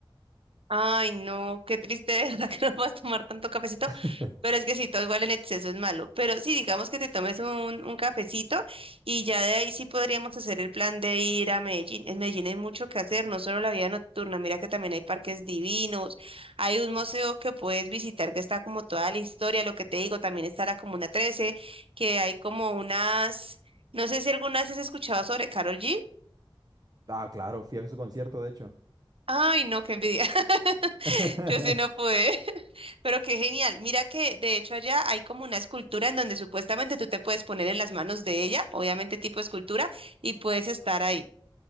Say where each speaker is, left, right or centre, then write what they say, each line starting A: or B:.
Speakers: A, on the right (about 80°); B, on the right (about 45°).
A: Ay, no, qué triste, de verdad <laughs> que no vas a tomar tanto cafecito,
B: <laughs>
A: pero es que si todo igual en exceso es malo, pero sí, digamos que te tomes un, un cafecito y ya de ahí sí podríamos hacer el plan de ir a Medellín. En Medellín hay mucho que hacer, no solo la vida nocturna, mira que también hay parques divinos, hay un museo que puedes visitar que está como toda la historia, lo que te digo, también está la Comuna 13, que hay como unas, no sé si alguna vez has escuchado sobre Carol G.
B: Ah, claro, fui a su concierto, de hecho.
A: Ay, no, qué envidia. <laughs>
B: <laughs>
A: <laughs> Yo sí no pude, <laughs> pero qué genial. Mira que de hecho allá hay como una escultura en donde supuestamente tú te puedes poner en las manos de ella, obviamente tipo escultura, y puedes estar ahí.